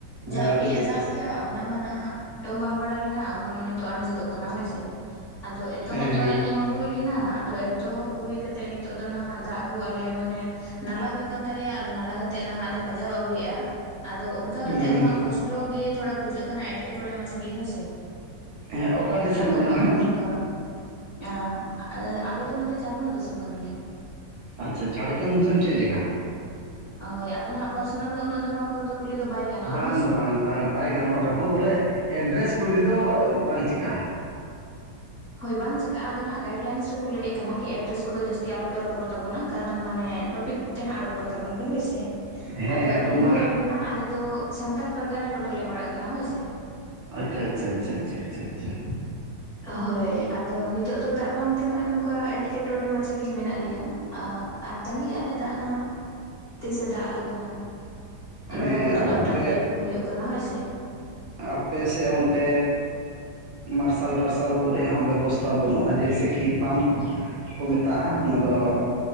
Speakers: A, on the right; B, on the left.
A: ᱦᱮᱸ
B: ᱡᱟ
A: ᱟᱹᱰᱤ
B: ᱩᱰᱤᱡ
A: ᱡᱟᱹᱥᱛᱤ
B: ᱮ ᱫᱟᱜ ᱞᱮᱜ ᱟ ᱚᱱᱟ ᱢᱟ ᱱᱟᱦᱟᱜ ᱛᱚᱢᱵᱟ ᱵᱟᱲᱟ ᱞᱮᱱᱟ ᱚᱱᱟ ᱢᱟ ᱱᱤᱛᱚᱜ ᱟᱸᱡᱮᱫᱚᱜ ᱠᱟᱱᱟ ᱦᱳᱭᱥᱮ ᱟᱫᱚ ᱮᱛᱚᱦᱚᱵ
A: ᱦᱮᱸ ᱦᱮᱸ
B: ᱵᱟᱲᱟ ᱠᱚᱢᱟ ᱦᱩᱭ ᱞᱮᱱᱟ ᱟᱫᱚ ᱮᱛᱚᱦᱚᱵ ᱦᱩᱭ ᱠᱟᱛᱮᱜ ᱱᱤᱛᱚᱜ ᱫᱚ ᱱᱟᱦᱟᱜ ᱫᱟᱜ ᱠᱚ ᱟᱞᱮ ᱢᱟᱱᱮ ᱱᱟᱞᱟ ᱦᱩᱭᱩᱜ ᱠᱟᱱ ᱛᱟᱞᱮᱭᱟ ᱱᱟᱞᱟ ᱠᱟᱛᱮᱜ ᱱᱟᱦᱟᱜ ᱞᱮ ᱯᱟᱡᱟᱣ ᱟᱹᱜᱩᱭᱮᱜᱼᱟ ᱟᱫᱚ ᱚᱱᱠᱟ
A: ᱦᱩᱸ
B: ᱠᱟᱛᱮ ᱫᱚ ᱦᱟᱸᱜ ᱠᱚᱥᱴᱚ ᱴᱚ ᱜᱮ ᱛᱷᱚᱲᱟ ᱵᱩᱡᱷᱟᱹᱜ ᱠᱟᱱᱟ ᱮᱴᱠᱮᱴᱚᱬᱮ ᱢᱟᱪᱷᱟ ᱜᱮ ᱦᱳᱭᱥᱮ
A: ᱦᱮᱸ ᱚᱠᱟ ᱫᱤᱥᱚᱢ
B: ᱟᱫᱚ
A: ᱠᱟᱱᱟ
B: ᱱᱚᱜ-ᱚᱭ
A: ᱱᱟᱦᱟᱜ
B: ᱱᱚᱝᱠᱟ᱾ ᱟᱸᱻ ᱟᱞᱮ ᱫᱚ ᱱᱚᱛᱮ ᱡᱷᱟᱨᱠᱷᱚᱸᱰ ᱫᱤᱥᱚᱢ ᱠᱟᱱᱟᱞᱮ᱾
A: ᱟᱪᱪᱷᱟ ᱡᱷᱟᱲᱠᱷᱚᱱ ᱫᱤᱥᱚᱢ ᱪᱮᱫ ᱡᱟᱜᱟ?
B: ᱦᱳᱭ ᱟᱫᱚ ᱱᱟᱦᱟᱜ ᱯᱟᱨᱥᱚᱱᱟᱞ ᱫᱚ ᱩᱱᱟᱹᱜ ᱫᱚ ᱱᱚᱣᱟ ᱠᱚᱨᱮ ᱫᱚ ᱠᱩᱞᱤ ᱫᱚ ᱵᱟᱭ ᱜᱟᱱᱚᱜᱼᱟ
A: ᱵᱟᱝ
B: ᱦᱳᱭ ᱥᱮ
A: ᱵᱟᱝ ᱵᱟ ᱵᱟᱭ ᱜᱟᱱᱚᱜ ᱨᱮᱦᱚᱸ ᱵᱚᱞᱮ ᱮᱰᱨᱮᱥ ᱠᱩᱞᱤ ᱛᱮᱫᱚ ᱵᱟᱝ ᱪᱮᱠᱟᱜ-ᱟ᱾
B: ᱦᱳᱭ ᱵᱟᱝ ᱪᱤᱠᱟᱹᱜ-ᱟ ᱟᱫᱚ ᱱᱦᱟᱜ ᱜᱟᱭᱤᱰ ᱞᱟᱭᱤᱱᱥ ᱨᱮᱠᱚ ᱞᱟᱹᱭᱮᱜ ᱠᱟᱱᱟ ᱠᱤ ᱮᱰᱨᱮᱥ ᱠᱚᱫᱚ ᱡᱟᱹᱥᱛᱤ ᱟᱞᱚᱯᱮ ᱨᱚᱯᱚᱲ ᱛᱟᱵᱚᱱᱟ ᱠᱟᱨᱚᱱ ᱢᱟᱱᱮ ᱴᱚᱯᱤᱠ ᱛᱮ ᱦᱟᱸᱜ ᱨᱚᱯᱚᱲ ᱛᱟᱵᱚᱱ ᱯᱮ ᱦᱳᱭ ᱥᱮ᱾
A: ᱦᱮᱸ
B: ᱟᱫᱚ ᱞᱤᱧ
A: ᱢᱟ
B: ᱞᱟᱹᱭ ᱟᱵᱮᱱ ᱠᱟᱱᱟ ᱟᱞᱮ ᱫᱚ ᱥᱟᱱᱛᱟᱞ ᱯᱟᱨᱜᱟᱱᱟ ᱴᱚᱴᱷᱟ ᱞᱮ ᱯᱟᱲᱟᱜ ᱠᱟᱱᱟ ᱦᱳᱭ ᱥᱮ᱾
A: ᱟᱪᱪᱷᱟ ᱟᱪᱪᱷᱟ ᱟᱪᱪᱷᱟ ᱟᱪᱪᱷᱟ ᱟᱪᱪᱷᱟ ᱟᱪᱪᱷᱟ
B: ᱦᱳᱭ ᱟᱫᱚ ᱱᱤᱛ ᱛᱳᱜ ᱫᱚ ᱫᱟᱜ ᱵᱟᱝᱛᱮ ᱱᱚᱜ-ᱚᱭ ᱱᱚᱝᱠᱟ ᱮᱸᱴᱠᱮᱴᱚᱬᱮ ᱢᱟᱪᱷᱟ ᱜᱮ ᱢᱮᱱᱟᱜ ᱞᱮᱭᱟ ᱟᱨ ᱛᱟᱺᱜᱤᱭᱮ-ᱟ ᱞᱮ ᱫᱟᱜ ᱱᱟᱦᱟᱜ᱾ ᱛᱤᱥᱮ ᱫᱟᱜ ᱟᱞᱮ ᱠᱟᱱᱟ ᱨᱚᱦᱚᱭ
A: ᱦᱮᱸ
B: ᱠᱚᱫᱚ
A: ᱟᱨ
B: ᱱᱚᱜ-ᱚᱭ
A: ᱟᱯᱮ
B: ᱴᱟᱯ ᱴᱤᱯ ᱦᱩᱭᱩᱜ ᱠᱟᱱᱟ ᱦᱳᱭᱥᱮ᱾
A: ᱟᱯᱮ ᱥᱮᱜ ᱚᱱᱛᱮ ᱢᱟᱨᱥᱟᱞ ᱴᱟᱨᱥᱟᱞ ᱠᱚ ᱨᱮᱭᱟᱜ ᱦᱚᱸ ᱵᱮᱵᱚᱥ ᱵᱟᱹᱱᱩᱜ-ᱟ ᱡᱮᱭᱥᱮ ᱠᱤ ᱯᱟᱢᱯ ᱠᱚ ᱢᱮᱛᱟᱜ-ᱟ ᱚᱱᱟ ᱫᱚ